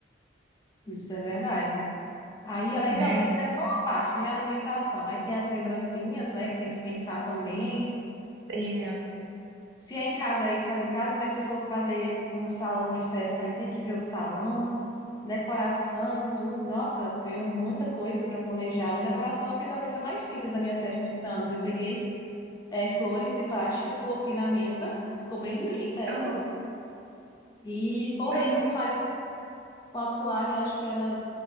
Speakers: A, on the left (about 20°); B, on the right (about 75°).
A: isso é verdade. Aí, além
B: Né,
A: da lei, isso é só uma parte, né? Alimentação. Aí tem as lembrancinhas, né? Que tem que pensar também.
B: é.
A: Se é em casa, aí faz em casa, mas se for fazer um salão de festa, aí tem que ver o salão, decoração, tudo. Nossa, é muita coisa para planejar. Minha decoração, eu fiz uma coisa mais simples da minha festa de 30 anos. Eu peguei é, flores de plástico e coloquei na mesa. Ficou bem bonita elas.
B: Aham,
A: E forrei
B: aham.
A: com toalhas, com a toalha, acho que era